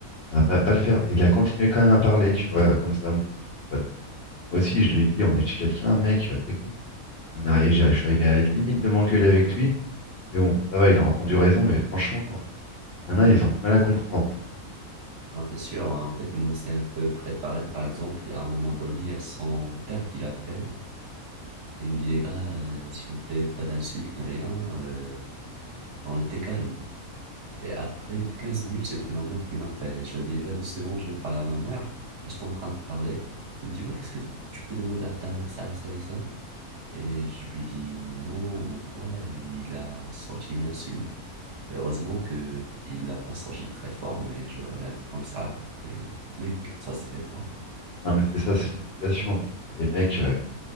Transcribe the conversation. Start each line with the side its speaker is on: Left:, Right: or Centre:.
Left: ça va pas le faire. Et il a continué quand même à parler, tu vois, comme ça, mon pote. Moi aussi, je lui ai dit, on est chez quelqu'un, mec, euh, t'écoutes. On est, arrivé- j'ai- je suis arrivé à la limite de m'engueuler avec lui. Mais bon, ça va, il a entendu raison, mais franchement, il y en a, ils ont du mal à comprendre.
Right: ouais, c'est sûr. ouais. En fait, moi, c'est un peu préparé. Par exemple, à un moment donné, il y a son père qui l'appelle. Il nous dit, les gars, euh, s'il vous plaît, pas d'insultes ni rien. euh, on était calme. Et après de 15 minutes, c'était ma mère qui m'appelle. Et je lui dis, les gars, deux secondes, je vais parler à ma mère. Et j'étais en train de parler. Elle me dit, ouais, est-ce que tu peux demander à ta mère ça et ça et ça? Et je lui dis, non, ou quoi? Et il a sorti une insulte. Heureusement que il l'a pas sorti très fort, mais je le regarde comme ça. Mais mec, ça se fait pas.
Left: Non, mais c'est ça, c'est de l'éducation aussi. Les mecs, euh,